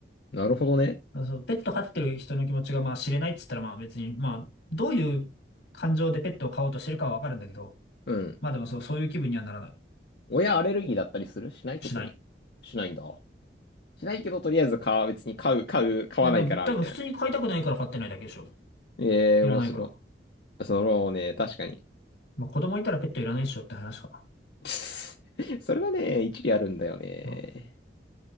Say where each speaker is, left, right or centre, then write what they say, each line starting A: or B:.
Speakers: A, on the left (about 60°); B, on the left (about 80°).
A: なるほどね。
B: からそう、ペット飼ってる人の気持ちがまあ知れないっつったらまあ別に、まあ、どういう感情でペットを飼おうとしてるかはわかるんだけど、
A: うん。
B: まあでもそう、そういう気分にはならない。
A: 親アレルギーだったりするしない特に。
B: しない。
A: しないんだ。しないけど、とりあえず買う、別に買う、買う、買わないから、
B: いや、でも多分普通に飼いたくないから飼ってないだけでしょ。
A: みたいな。ええ、
B: いらないから。
A: 面白い。そのね、確かに。
B: まあ子供いたらペットいらないでしょって話かな。
A: <laughs> それはね、一理あるんだよね。
B: そ